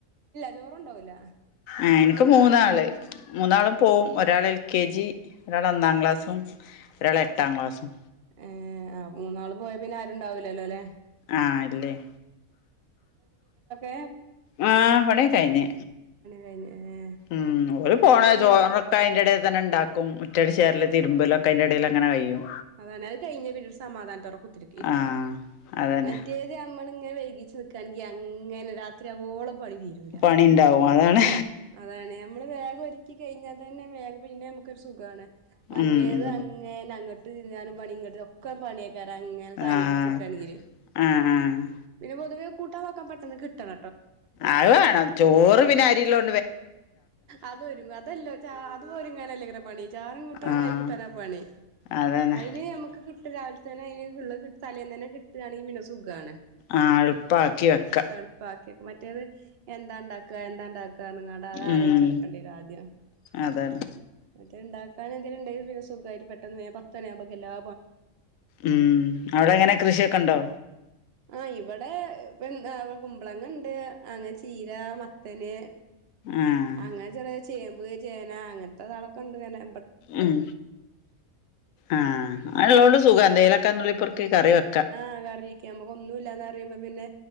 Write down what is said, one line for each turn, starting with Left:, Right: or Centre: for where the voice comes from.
Right: ചോറ് കൊണ്ടോവൂല
Left: എനക്ക് മൂന്നാള് മൂന്നാളും പോവും ഒരാള് എൽ കെ ജി ഒരാൾ ഒന്നാം ക്ലാസ്സും ഒരാള് എട്ടാം ക്ലാസ്സും
Right: ഹേ മൂന്നാളും പോയാൽ പിന്നെ ആരും ഉണ്ടാവില്ലല്ലോലെ
Left: ആഹ് ഇല്ലേയ്
Right: ഏഹ്
Left: ആ പണിയൊക്കെ കൈയ്ഞ്
Right: കഴിഞ്ഞ് ഏ
Left: മ്മ് ഓല് പോണ
Right: പിന്നെ വല്യ
Left: ചോറൊക്കെ അതിന്റെ എടെ അതന്നെ ഉണ്ടാക്കും മുറ്റടിചാരാലും തിരുമ്പാലൊക്കെ അയ്‌ന്റെ എടേല് അങ്ങനെ കഴിയും
Right: അതാണ്ത് കഴിഞ്ഞ പിന്ന ഒരു സമാധാനത്തോടെ കുത്തി ഇരിക
Left: ആഹ് അതന്നെ
Right: മറ്റേത് ഞ ങ്ങനെ വൈകിച് നി ക്കാണെങ്കി അങ്ങനെ രാ ത്രിയാവോളം പണി തീരൂല
Left: പണി ഇണ്ടാവും അതാണ്
Right: അതാണ് ഞമ്മള് വേഗം ഒരുക്കി കഴിഞ്ഞാൽ തന്നെ വേഗം പിന്നെ നമുക്ക ഒരു സുകാണ് മറ്റേത്
Left: ഉം ഉം
Right: അങ്ങേന അങ് <unintelligible> തിന്നാനും പണി ഇങ്ങ്ട്ട് ഒക്കെ പണിയ <unintelligible> ങ്ങനെ താങ്ങി
Left: ആഹ്
Right: പിടിച്ച്‌ക്കയാണെങ്കില്
Left: ആഹ് ആഹ്
Right: പിന്നെ പൊതുവെ കൂട്ടാൻ വക്കാൻ പറ്റ് അ <unintelligible> കിട്ടണ
Left: ആത് വേണം ചോറ് പിന്നെ അരില്ലോ
Right: അതൊരുങ്ങ അതല്ലോ ച്ച അത് ഒരുങ്ങാനല്ല ഇങ്ങനെ പണി ചാറും കൂട്ടാന
Left: ആഹ്
Right: ആയി കിട്ടാനാ പണി
Left: അതന്നെ
Right: അയിന് നമ്മക്ക് കി ഇട്ട് രാവിൽതന്നെ <unintelligible> തലേന്നന്നെ കിട്ട്ണെങ്കിൽ പിന്നെ സുഖണ്
Left: ആഹ് എളുപ്പക്കി വെക്ക
Right: എളുപ്പാക്കിയൊക്കെ എന്താ ണ്ടാക്ക എന്താണ്ടാ <unintelligible> അ ആലോചിച്ചെടുക്കേണ്ടിര
Left: ഉം
Right: ആദ്യം
Left: അതാണ്
Right: മറ്റേ ഇണ്ടാക്കൻ ഇതിലിണ്ടേൽപിന്നെ സുകായിട്ട് പെട്ടന്ന്വേം പത്തരെ ആമ്പോക്കെല്ലാം
Left: ഉം അവിടെ എങ്ങനെ കൃഷിക്കെ ഒണ്ടോ
Right: ആഹ് ഇവിടെ <unintelligible> കുമ്പളങ്ങണ്ട് അങ്ങനെ ചീര മത്തന്
Left: ആഹ്
Right: അങ്ങനെ ചെറിയ ചേമ്പ് ചേന അങ്ങന് ത്തെ താളൊക്കെണ്ട്ങ്ങനെ
Left: ഉം ആഹ് അതുള്ളത്കൊണ്ട് സുഖ എന്തേലൊക്കാന്നുള്ളി പെറുക്കി കറിവെ
Right: ആഹ് കറി ക്ക് നമ്മൾക്ക് ഒന്നുമില്ലെന്ന് പറയുമ്പോൾ പിന്നെ